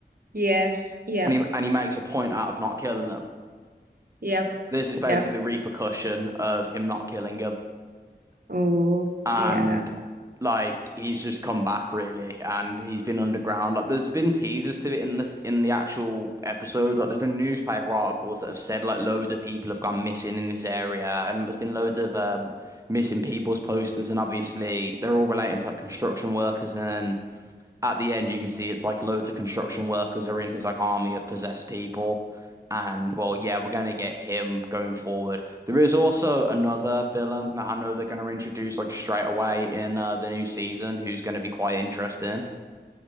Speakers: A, on the right; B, on the right.
A: Yes. Yep.
B: And he and he makes a point out of not killing them.
A: Yep.
B: This is basically
A: Yep.
B: the repercussion of him not killing him.
A: Oh,
B: and
A: yeah.
B: like he's just come back really, and he's been underground. Like there's been teasers to it in this in the actual episodes. Like there's been newspaper articles that have said like loads of people have gone missing in this area, and there's been loads of uh, missing people's posters, and obviously they're all relating to like construction workers and at the end, you can see it's like loads of construction workers are in his like army of possessed people. And well, yeah, we're gonna get him going forward. There is also another villain that I know they're gonna introduce like straight away in uh, the new season, who's gonna be quite interesting.